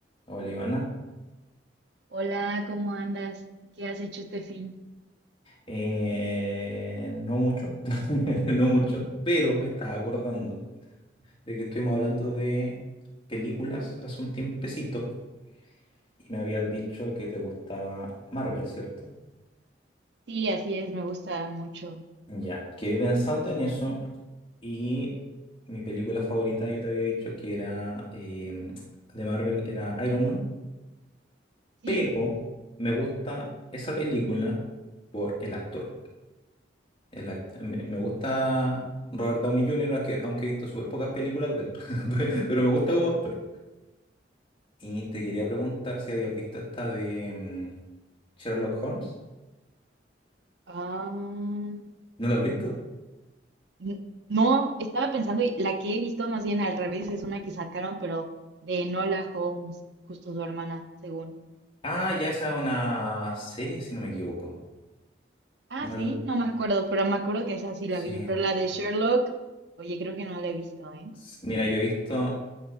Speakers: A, on the left (about 30°); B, on the right (about 70°).
A: Olivana.
B: Hola, ¿cómo andas? ¿Qué has hecho este fin?
A: Eh, no mucho, <laughs> no mucho, pero me estaba acordando de que estuvimos hablando de películas hace un tiempecito y me habías dicho que te gustaba Marvel, ¿cierto?
B: Sí, así es, me gusta mucho.
A: Ya, quedé pensando en eso y mi película favorita yo te había dicho que era em, de Marvel, era Iron Man,
B: Sí.
A: pero me gusta esa película por el actor. El act- me me gusta Robert Downey Jr., aunque, aunque he visto súper pocas películas de él, <laughs> pero me gusta como actor. Y te quería preguntar si habías visto esta de mm, Sherlock Holmes.
B: ah,
A: ¿No la has visto?
B: n- no, estaba pensando, y la que he visto más bien al revés es una que sacaron, pero de Nola Holmes, justo su hermana, según.
A: Ah, ya esa es una serie, si no me equivoco.
B: Ah,
A: No
B: sí,
A: la-
B: no me acuerdo, pero me acuerdo que esa sí la
A: Sí.
B: vi. Pero la de Sherlock, oye, creo que no la he visto, ¿eh?
A: S- Mira, yo he visto...